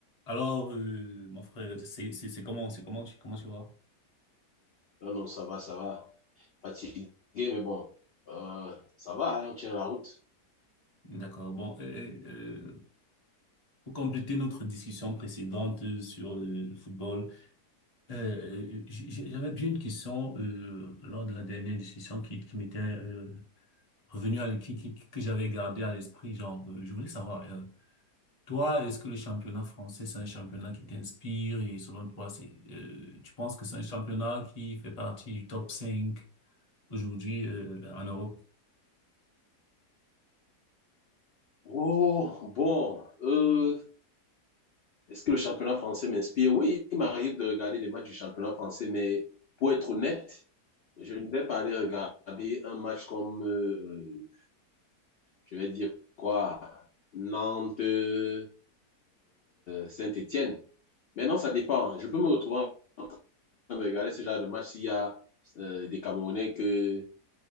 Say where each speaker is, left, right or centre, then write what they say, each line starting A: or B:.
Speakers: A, on the left; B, on the left.
A: Alors, euh, mon frère, c'est c'est c'est comment c'est comment tu comment tu vois?
B: Non, non, ça va, ça va. Fatigué, mais bon, euh, ça va, hein, on tient la route.
A: D'accord. Bon, euh, euh, pour compléter notre discussion précédente euh, sur euh, le football, euh, euh, j- j- j'avais bien une question euh, lors de la dernière discussion qui qui m'était euh, revenue à l- qui, qui- que j'avais gardée à l'esprit. Genre, euh, je voulais savoir, euh, toi, est-ce que le championnat français c'est un championnat qui t'inspire et selon toi, c'est euh, tu penses que c'est un championnat qui fait partie du top 5 aujourd'hui euh, en Europe?
B: Oh, bon, euh, est-ce que le championnat français m'inspire? Oui, il m'arrive de regarder des matchs du championnat français, mais pour être honnête, je ne vais pas aller regarder un match comme, euh, euh, je vais dire quoi, Nantes, euh, Saint-Étienne. Maintenant, ça dépend. Je peux me retrouver en train de regarder ce genre de match s'il y a euh, des Camerounais que